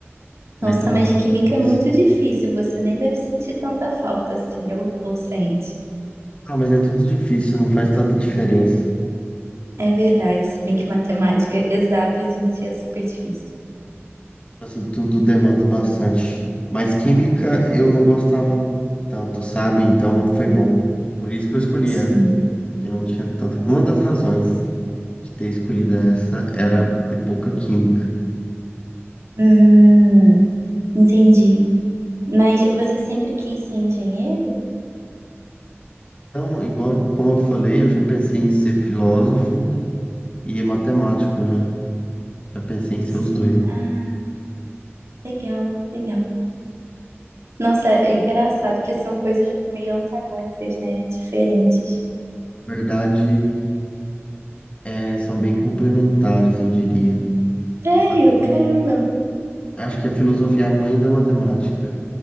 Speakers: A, on the left; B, on the right.
A: eletromagnetismo.
B: Nossa, mas química é muito difícil, você nem deve sentir tanta falta assim, ou, ou sente.
A: Ah, mas é tudo difícil, não faz tanta diferença.
B: É verdade, se bem que matemática <laughs> exatas em si é super difícil.
A: Assim, tudo demanda bastante. Mas química eu não gostava tanto, sabe? Então foi bom. Por isso que eu escolhi
B: Sim,
A: essa, que não tinha tanta. Uma das razões de ter escolhido essa era ter pouca química.
B: Ah, entendi. Mas você sempre quis ser engenheiro?
A: Então, igual como eu falei, eu já pensei em ser filósofo e matemático, né? Já pensei em ser
B: Sim,
A: os dois.
B: ah, legal, legal. Nossa, é engraçado que são coisas meio antagônicas, né? Diferentes.
A: Na verdade, é, são bem complementares, eu diria.
B: Sério,
A: A filo-
B: caramba.
A: Acho que a filosofia é a mãe da matemática,